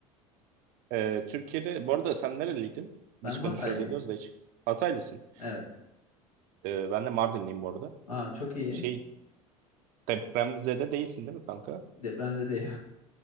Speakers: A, on the right; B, on the left.
A: Ee, Türkiye'de bu arada sen nereliydin?
B: Ben
A: Biz
B: Hataylıyım.
A: konuşuyoruz ediyoruz da hiç. Hataylısın.
B: Evet.
A: Ee, ben de Mardinliyim bu arada.
B: Aa çok iyi.
A: Şey depremzede değilsin değil mi kanka?
B: Depremzedeyim.